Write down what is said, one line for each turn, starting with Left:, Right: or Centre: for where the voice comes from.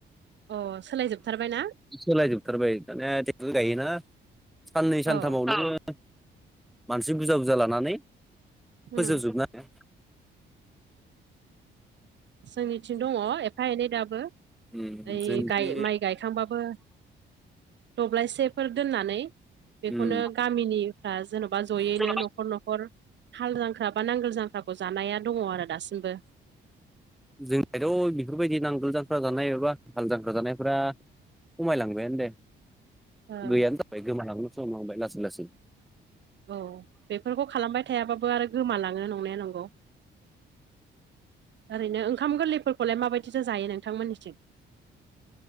Right: अ सोलायजोबथारबाय ना
Centre: सलाजोबथार ब ने गायो ना। साननै सानथामावनो।
Right: औ
Centre: मानसि बुरजा बुरजा लानानै
Right: उम
Centre: फोजोबजोबनोङाया
Right: जोंनिथिं दङ एफा एनै दाबो।
Centre: उम
Right: ओइाय
Centre: जोंदि
Right: माइ गायखांबाबो दब्लायसेफोर दोननानै। बेखौनो
Centre: उम
Right: गामिनिफ्रा जेन'बा जयैनो
Centre: जों
Right: न'खर न'खर हाल जांख्रा बा नांगोल जांख्राखौ जानाया दङ आरो दासिमबो।
Centre: जोंनिथ' बेफोरबायदि नांगोल जांख्रा जानाय एबा हाल जांख्रा जानायफ खमायलांबायानो दे
Right: ओ
Centre: गैयानो जाबाय गोमालांनो समलांबाय लासै लासै
Right: औ बेफोरखौ खालामबाय थायाबाबो आरो गोमालाङो नंनाया नंगौ। ओरैनो ओंखाम गोरलैफोरखौलाय माबायदिसो जायो नोंथांमोननिसिम।